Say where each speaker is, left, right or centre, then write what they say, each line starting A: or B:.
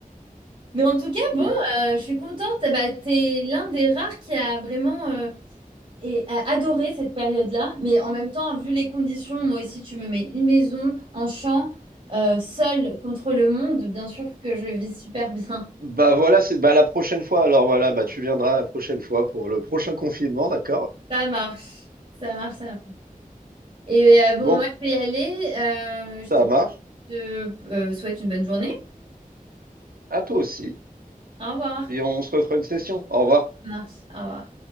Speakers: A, on the right; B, on the right.
A: Mais en tout cas, bon,
B: Donc
A: euh, je suis contente. Bah, t'es l'un des rares qui a vraiment euh, et, a adoré cette période-là. Mais en même temps, vu les conditions, moi aussi, tu me mets une maison, un champ, euh, seule contre le monde. Bien sûr que je le vis super bien.
B: bah, voilà, c'est bah, la prochaine fois, alors voilà, bah, tu viendras la prochaine fois pour le prochain confinement, d'accord?
A: <laughs> Ça marche, ça marche, ça marche. Et euh, bon,
B: Bon,
A: moi, je vais y aller. Euh, je
B: ça
A: te,
B: marche.
A: te, euh, souhaite une bonne journée.
B: À toi aussi,
A: Au revoir.
B: puis on se refera une session. Au revoir.
A: Ça marche, au revoir.